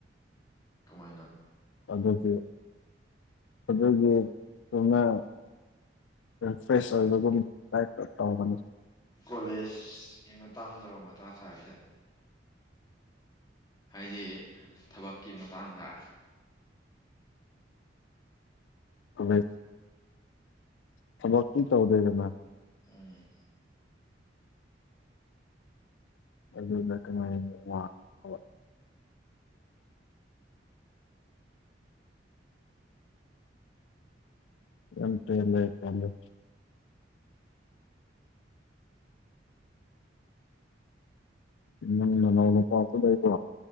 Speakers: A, on the left; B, on the left.
A: ꯀꯃꯥꯏꯅ
B: ꯑꯗꯁꯨ ꯑꯗꯨꯗꯗꯒꯤ ꯁꯣꯅ ꯐ꯭ꯔꯦꯁ ꯑꯣꯏꯨꯝꯥꯏ ꯃ
A: ꯀꯣꯂꯦꯖꯀꯤ ꯃꯇꯥꯡꯗꯧꯔ ꯃꯥ ꯁꯥꯔꯤꯁꯦ ꯍꯥꯏꯗꯤ ꯊꯕꯛꯀꯤ ꯃꯇꯥꯡꯗ
B: ꯑ ꯊꯕꯛ ꯀ ꯇꯧꯗꯣꯏꯗꯅ
A: ꯎꯝ
B: <unintelligible> ꯑꯇ ꯂꯩ ꯆꯂꯣ ꯎꯝ ꯎꯝꯥꯏꯩꯅ ꯆꯁꯨꯗꯏ